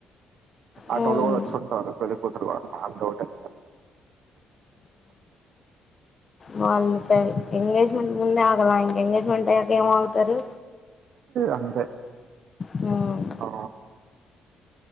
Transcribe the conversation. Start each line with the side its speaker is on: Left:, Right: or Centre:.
Right: ఆటోలో
Left: మ్మ్
Right: కూడా వచేసుంటరు పెళ్ళికూతురు వాలు మా అన్న ఒకటే
Left: వాళ్ళ ఎంగేజ్మెంట్ ముందే ఆగల ఇంకా ఎంగేజ్మెంట్ అయ్యాక ఏం ఆగుతరు
Right: అంతే
Left: హుమ్
Right: ఆ,